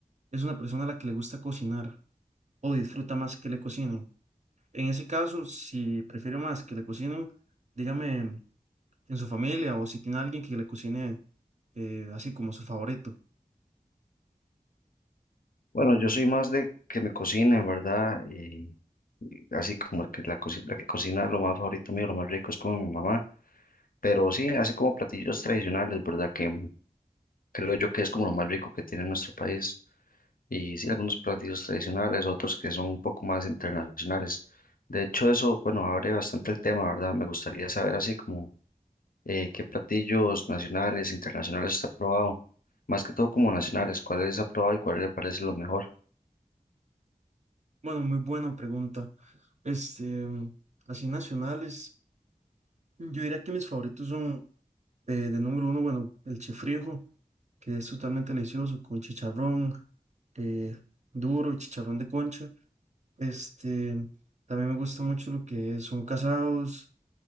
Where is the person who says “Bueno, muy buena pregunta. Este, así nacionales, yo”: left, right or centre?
Right